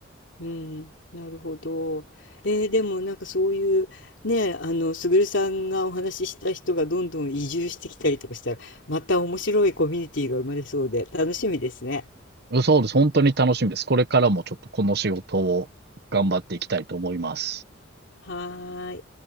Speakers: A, on the left; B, on the right.
A: うん、なるほど。えーでもなんかそういう、ね、あの、すぐるさんがお話しした人がどんどん移住してきたりとかしたら、また面白いコミュニティが生まれそうで、楽しみですね。
B: うんそうです。本当に楽しみです。これからもちょっとこの仕事を頑張っていきたいと思います。
A: はーい。